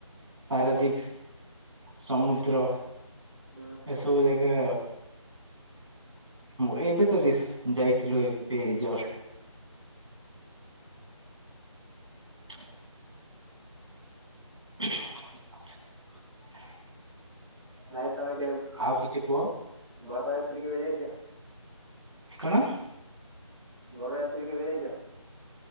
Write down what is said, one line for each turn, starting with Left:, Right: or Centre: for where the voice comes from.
Right: ପାରାଦୀପ୍। ସମୁଦ୍ର
Centre: ହୁଁ ହୁଁ
Right: ଏସବୁ ଜାଗା। ଉ ଏବେ ତ ରିସ୍ ଯାଇଥିଲୁ ଏବେ ଜଷ୍ଟ୍। <inaudible> <inaudible>
Centre: ନାଇଁ ତମେ କେ
Right: ଆଉ କିଛି କୁହ।
Centre: ବାରଯାତ୍ରୀ କେବେ ଯାଇଛ?
Right: କଣ?
Centre: ବରଯାତ୍ରୀ କେବେ ଯାଇଛ?